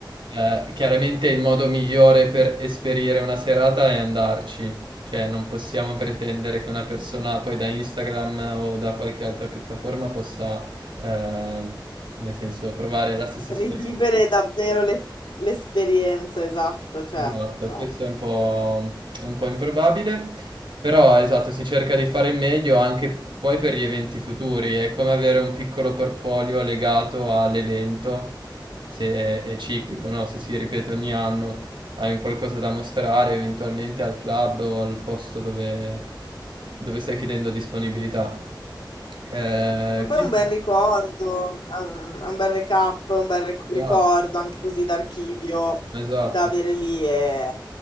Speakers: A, on the right; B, on the left.
A: Eh, chiaramente il modo migliore per esperire una serata è andarci, cioè non possiamo pretendere che una persona poi da Instagram o da qualche altra piattaforma possa, eh, nel senso, provare la stessa
B: Rivivere
A: esperienza.
B: davvero le- l'esperienza, esatto, cioè,
A: Esatto,
B: no.
A: questo è un po', è un po' improbabile, però esatto, si cerca di fare il meglio anche poi per gli eventi futuri, è come avere un piccolo portfolio legato all'evento, se è, è ciclico, no? Se si ripete ogni anno, hai un qualcosa da mostrare eventualmente al club o al posto dove, dove stai chiedendo disponibilità. Eh,
B: Ma poi
A: quindi,
B: è un bel ricordo, è un, è un bel recap, un bel rec- ricordo
A: esatto,
B: anche così d'archivio
A: esatto.
B: da avere lì e